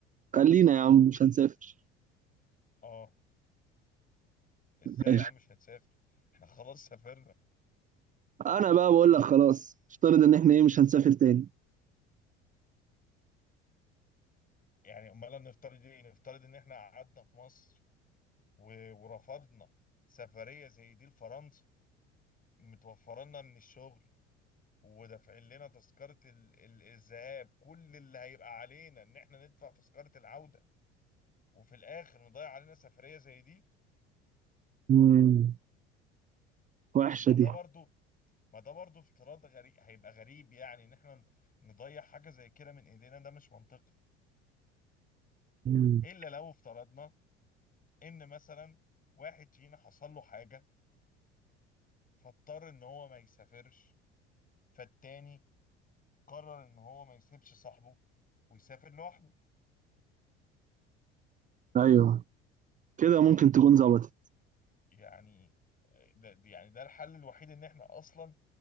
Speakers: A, on the right; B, on the left.
A: خلينا يا عم مش هنسافر
B: اه ازاي
A: ماشي.
B: يا عم مش هتسافر احنا خلاص سافرنا
A: انا بقى بقول لك خلاص افترض ان احنا ايه مش هنسافر تاني
B: يعني امال نفترض ايه نفترض ان احنا قعدنا في مصر و... ورفضنا سفرية زي دي لفرنسا متوفرة لنا من الشغل ودافعين لنا تذكرة ال- ال- الذهاب كل اللي هيبقى علينا ان احنا ندفع تذكرة العودة وفي الاخر نضيع علينا سفرية زي دي
A: مم. وحشة
B: ما
A: دي
B: ده برضو ما ده برضو افتراض غريب هيبقى غريب يعني ان احنا نضيع حاجة زي كده من ايدينا ده مش منطقي
A: مم.
B: الا لو افترضنا ان مثلا واحد فينا حصل له حاجة فاضطر ان هو ما يسافرش فالتاني قرر ان هو ما يسيبش صاحبه ويسافر لوحده
A: ايوه كده ممكن تكون ظبطت
B: يعني آه، ده ده- يعني ده الحل الوحيد ان احنا اصلا